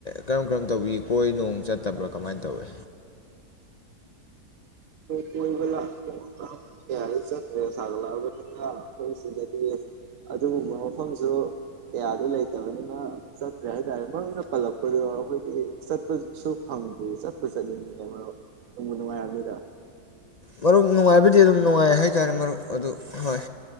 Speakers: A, on the left; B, on the right.
A: ꯀꯔꯝ ꯀꯔꯝ ꯇꯧꯕꯤꯔꯤ ꯀꯣꯏ ꯅꯣꯡ ꯆꯠ ꯐꯠꯇꯕ꯭ꯔꯥ ꯀꯃꯥꯏ ꯇꯧꯋꯦ
B: ꯀꯣꯏꯕ ꯀꯌꯥꯗꯤ ꯆꯠꯇ꯭ꯔꯦ ꯁꯥꯒꯠꯂꯛꯑꯕꯅꯤꯅ ꯑꯩꯈꯣꯏ ꯁꯤꯗꯗꯤ ꯑꯗꯨꯒꯨꯝꯕ ꯃꯐꯝꯁꯨ ꯀꯌꯥꯗ ꯂꯩꯇꯕꯅꯤꯅ ꯆꯠꯇ꯭ꯔꯦ ꯍꯥꯏ ꯇꯔꯦ ꯃꯔꯨꯝ ꯄꯜꯂꯛꯄꯗꯣ ꯑꯩꯈꯣꯏꯗꯤ ꯆꯠꯄꯁꯨ ꯐꯪꯗ꯭ꯔꯤ ꯆꯠꯄ ꯆꯠꯅꯤꯡꯉꯤꯅꯦ ꯃꯔꯨꯞ ꯅꯨꯡꯕꯨ ꯅꯨꯡꯉꯥꯏꯔꯝꯅꯤꯗ
A: ꯃꯔꯨꯞ ꯅꯨꯡꯉꯥꯏꯕꯗꯤ ꯑꯗꯨꯝ ꯅꯨꯡꯉꯥꯏ ꯍꯥꯏꯇꯥꯔꯦ ꯃꯔꯨꯞ ꯑꯗꯨ ꯍꯣꯏ